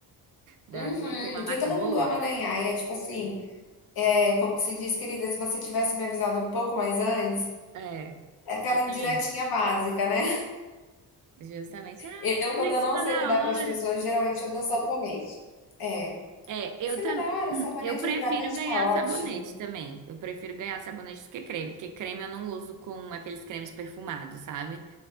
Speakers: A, on the right (about 50°); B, on the left (about 60°).
A: Da
B: Uhum,
A: de uma marca
B: que todo
A: boa.
B: mundo ama ganhar. E é tipo assim, é como que se diz, querida, se você tivesse me avisado um pouco mais antes,
A: É,
B: é aquela
A: justamente.
B: indiretinha básica, né?
A: Justamente. Ah,
B: Eu, quando
A: tô em
B: eu
A: cima
B: não sei
A: da
B: o que dá para
A: hora.
B: as pessoas, geralmente eu dou sabonete. É, em
A: É, eu
B: cima
A: também.
B: da
A: <clears throat>
B: hora, sabonete
A: Eu prefiro
B: e um hidratante
A: ganhar
B: tá ótimo,
A: sabonete também. Eu prefiro ganhar sabonete do que creme, porque creme eu não uso com aqueles cremes perfumados, sabe?